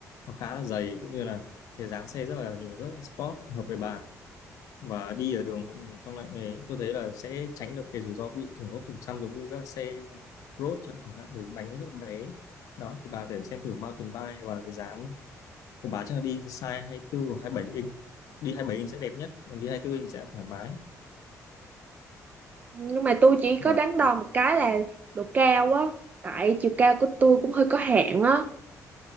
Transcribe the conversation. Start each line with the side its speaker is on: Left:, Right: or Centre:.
Left: nó khá là dày cũng như là cái dáng xe rất là nhìn nó rất là sport hợp với bà và đi ở đường trong loại nghề tôi thấy là sẽ tránh được cái rủi ro bị thủng lốp thủng xăm giống như các xe road chẳng hạn bởi vì bánh nó rất là bé đó thì bà để xem thử mountain bike và cái dáng của bà chắc là đi size hai mươi tư hoặc 27 inch đi 27 inch sẽ đẹp nhất còn đi hai mươi tư inch sẽ thoải mái
Right: nhưng mà tôi chỉ có
Left: và
Right: đắn đo một cái là độ cao á tại chiều cao của tôi cũng hơi có hạn á